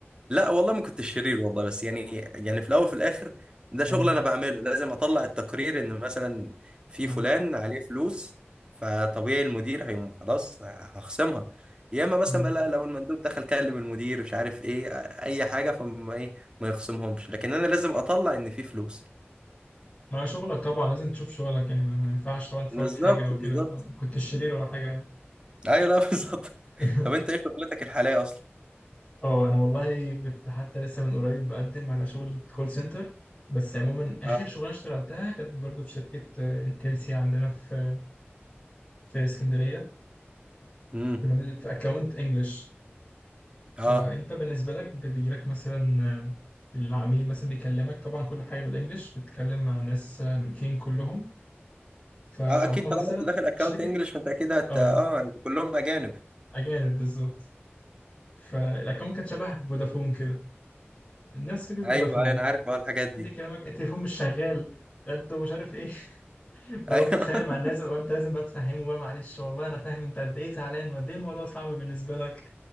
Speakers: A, on the right (about 20°); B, on the left (about 25°).
A: لا والله ما كنت شرير والله بس يعني يعني في الاول وفي الاخر
B: <laughs>
A: ده شغل
B: اه
A: انا بعمله لازم اطلع التقرير ان مثلا في
B: اه
A: فلان عليه فلوس فطبيعي المدير هيقوم خلاص هخصمها يا اما مثلا
B: مم.
A: بقى لا، لو المندوب دخل كلم المدير مش عارف ايه اي حاجه فما ايه ما يخصمهمش لكن انا لازم اطلع ان في فلوس
B: ما شغلك طبعا لازم تشوف شغلك يعني ما ينفعش طبعا تفوت
A: بالظبط
B: حاجة أو
A: بالظبط
B: كده ما كنتش شرير ولا حاجة يعني
A: ايوه لا <laughs> بالظبط
B: <laughs>
A: طب انت ايه شغلتك الحاليه اصلا
B: اه أنا والله كنت حتى لسه من قريب بقدم على شغل كول سنتر بس عموما آخر
A: اه
B: شغلانة اشتغلتها كانت برضو في شركة آه، انتلسيا عندنا في في اسكندرية
A: امم
B: كنا بن- في أكاونت إنجلش فأنت
A: اه
B: بالنسبة لك بيجيلك مثلا آه، العميل مثلا بيكلمك طبعا كل حاجة بالإنجلش بتتكلم مع ناس آه، أمريكان كلهم فهم
A: اه اكيد طالما
B: مثلا
A: انت داخل اكونت
B: شركة
A: انجلش فانت اكيد هت
B: اه
A: اه كلهم اجانب
B: أجانب بالظبط فالاكونت كان شبه فودافون كده نفس فكره
A: ايوه
B: فودافون
A: ايوه انا عارف اه الحاجات دي
B: حد يكلمك التليفون مش شغال لا انتوا مش عارف ايه <laughs> بدات
A: ايوه
B: تتخانق
A: <laughs>
B: مع الناس وانت لازم بقى تفهمه بقى معلش والله انا فاهم انت قد ايه زعلان وقد ايه الموضوع صعب بالنسبه لك